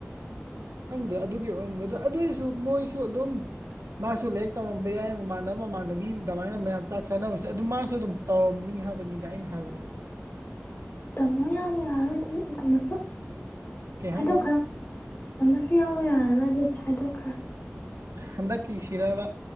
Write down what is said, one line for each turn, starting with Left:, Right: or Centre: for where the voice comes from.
Right: ꯈꯪꯗꯦ ꯑꯗꯨꯒꯤ ꯑꯣꯏꯔꯝꯒꯗ ꯑꯗꯨꯑꯣꯏꯁꯨ ꯃꯣꯏꯁꯨ ꯑꯗꯨꯝ ꯃꯥꯁꯨ ꯂꯥꯏꯔꯤꯛ ꯇꯝꯃꯝꯕ ꯌꯥꯏ ꯃꯃꯥꯟꯅꯕ ꯃꯃꯥꯟꯅꯕꯤ ꯑꯗꯨꯃꯥꯏꯅ ꯃꯌꯥꯝ ꯆꯥꯛ ꯆꯥꯅꯕꯁꯦ ꯑꯗꯨꯝ ꯃꯥꯁꯨ ꯑꯗꯨꯝ ꯇꯧꯔꯝꯅꯤ ꯍꯥꯏꯕꯅꯤꯗ ꯑꯩꯅ ꯍꯥꯏꯕꯗꯤ
Left: ꯇꯝꯃꯣ ꯌꯥꯔꯣ ꯌꯥꯔꯣꯏ ꯑꯗꯨꯗꯤ ꯇꯝꯃꯁꯨ
Right: ꯀꯩ
Left: ꯍꯥꯏꯗꯣꯛꯈ꯭ꯔꯣ
Right: ꯍꯥꯏꯅꯣ
Left: <inaudible> ꯑꯃꯁꯨ ꯌꯥꯎꯕ ꯌꯥꯔꯔꯣꯏ ꯑꯗꯨꯗꯤ ꯍꯥꯏꯗꯣꯛꯈ꯭ꯔꯣ
Right: ꯍꯟꯗꯛꯀꯤ ꯁꯤꯔꯕ